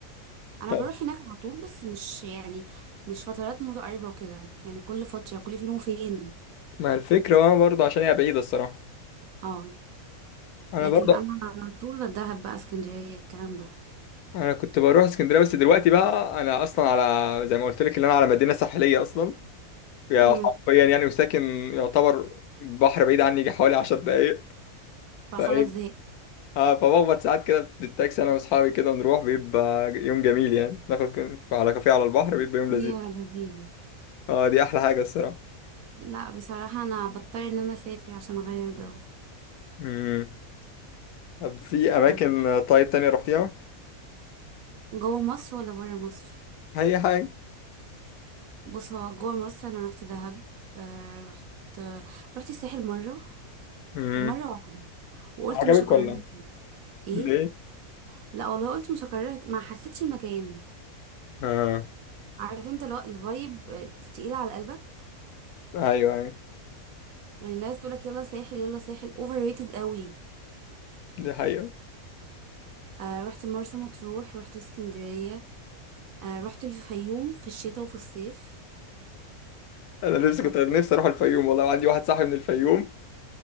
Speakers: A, on the right; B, on the left.
A: انا
B: طب
A: بروح هناك على طول بس مش يعني مش فترات متقاربه وكده يعني كل فتره كل فين وفين
B: ما الفكرة بقى برضه عشان هي بعيدة الصراحة
A: اه
B: أنا
A: لكن
B: برضه
A: انا على طول دهب بقى اسكندريه الكلام
B: أنا كنت بروح اسكندرية بس دلوقتي بقى أنا أصلا على زي ما قلت لك إن أنا على مدينة ساحلية أصلا يعني
A: ده
B: حرفيا يعني وساكن يعتبر بحر بعيد عني يجي حوالي 10 دقايق
A: فخلاص
B: فاهم
A: زهقت
B: آه فبخبط ساعات كده بالتاكسي أنا وأصحابي كده نروح بيبقى يوم جميل يعني ناخد كن- على كافيه على البحر بيبقى يوم لذيذ
A: هي لذيذة
B: أه دي أحلى حاجة الصراحة
A: لا بصراحة أنا بضطر إن أنا أسافر عشان أغير جو
B: مم. طب في أماكن
A: مم.
B: طيب تانية رحتيها؟
A: جوه مصر ولا برا مصر
B: أي حاجة
A: بص هو جوه مصر أنا رحت دهب آه رحت رحت الساحل مرة
B: مم.
A: مرة واحدة وقلت
B: عجبك
A: مش هكررها
B: ولا؟
A: تاني. إيه
B: ليه؟
A: لا والله قلت مش هكررها ت- ما حسيتش المكان
B: اه
A: عارف انت لو الفايب تقيلة على قلبك
B: ايوه ايوه
A: يعني الناس تقولك يلا ساحل يلا ساحل اوفر ريتد قوي
B: دي حقيقة
A: آه رحت مرسى مطروح رحت اسكندرية آه رحت الفيوم في الشتاء وفي الصيف
B: انا نفسي كنت
A: آه،
B: نفسي اروح الفيوم والله عندي واحد صاحبي من الفيوم